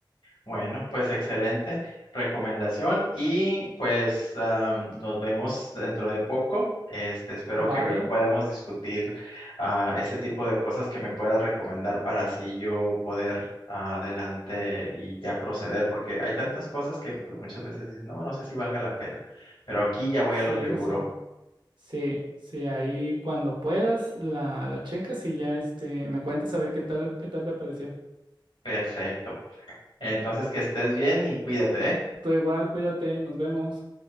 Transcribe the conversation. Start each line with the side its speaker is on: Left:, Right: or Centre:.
Left: Bueno, pues excelente recomendación y pues am, nos vemos dentro de poco. Este, espero
Right: ¿Vale?
Left: que podamos discutir ah, este tipo de cosas que me puedas recomendar para así yo poder ah, adelante y ya proceder, porque hay tantas cosas que pues muchas veces dices, no, no sé si valga la pena, pero aquí ya voy
Right: Sí,
Left: a lo seguro.
Right: eso sí. Sí, sí, ahí cuando puedas la, la checas y ya este, me cuentas a ver qué tal, qué tal te pareció.
Left: Perfecto. Entonces, que estés bien y cuídate, ¿eh?
Right: Tú igual, cuídate, nos vemos.